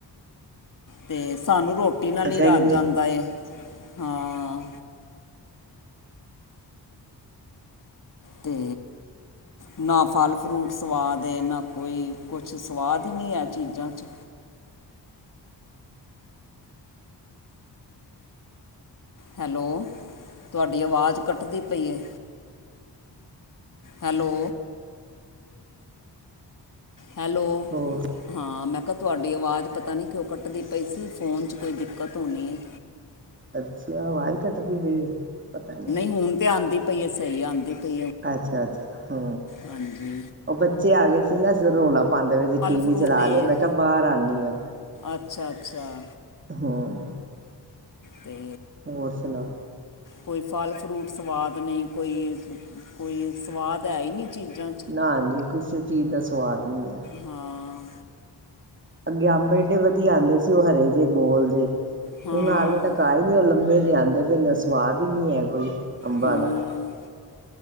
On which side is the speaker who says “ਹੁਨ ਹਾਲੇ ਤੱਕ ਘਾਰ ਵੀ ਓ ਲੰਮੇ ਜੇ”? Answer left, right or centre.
Right